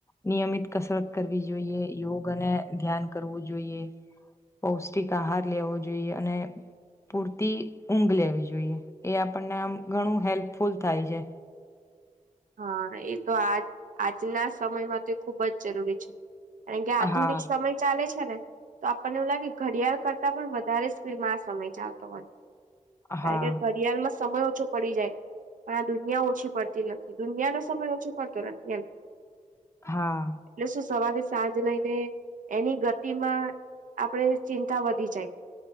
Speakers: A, on the left; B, on the right.
A: નિયમિત કસરત કરવી જોઈએ, યોગ અને ધ્યાન કરવું જોઈએ. પૌષ્ટિક આહાર લેવો જોઈએ અને પૂરતી ઊંઘ લેવી જોઈએ. એ આપણને આમ ઘણું હેલ્પફુલ થાય છે.
B: હા, એ તો આ આજના સમયમાં તે ખુબ જ જરૂરી છે. કારણ કે આધુનિક
A: હા
B: સમય ચાલે છે ને તો આપણને એવું લાગે ઘડિયાળ કરતા પણ વધારે સ્પીડમાં આ સમય ચાલતો હોય. કારણ
A: હા
B: કે ઘડિયાળમાં સમય ઓછો પડી જાય પણ આ દુનિયા ઓછી પડતી ન દુનિયાનો સમય ઓછો પડતો નથી એમ
A: હા
B: એટલે શું સવારે સાંજ લઈને એની ગતિમાં આપણેે ચિંતા વધી જાય.